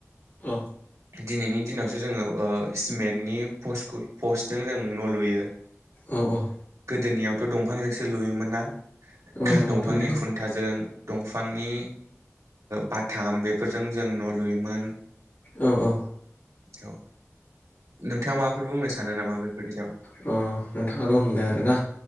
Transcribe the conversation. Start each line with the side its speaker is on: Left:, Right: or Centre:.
Left: औ
Right: दिनैनि दिनावसो जोङो सिमेन्टनि पस्ट जों जों न' लुयो
Left: औ औ
Right: गोदोनियावथ' दंफांजोंसो लुयोमोन ना
Left: औ नंगौ
Right: दंफांनि
Left: नोंथां नंगौ
Right: खुन्थाजों दंफांनि बाथाम बेफोरजों जों न' लुयोमोन
Left: औ औ
Right: औ नोंथाङा माबाफोर बुंनो सानो नामा बेफोरनि सायाव
Left: अ नोंथाङाथ' होनबाय आरोना